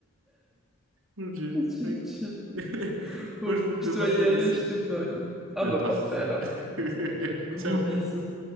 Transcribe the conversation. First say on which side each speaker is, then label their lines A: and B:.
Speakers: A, on the right (about 70°); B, in the centre.
A: Mon Dieu,
B: <laughs> Tu
A: mec.
B: me tues.
A: <laughs>
B: Bon,
A: Moi, je vais devoir
B: je dois y
A: te laisser.
B: aller, je te fais un coup.
A: Bon,
B: Ah
A: Ben,
B: bah
A: parfait.
B: parfait alors.
A: <laughs>
B: Gros
A: Ciao.
B: bisous.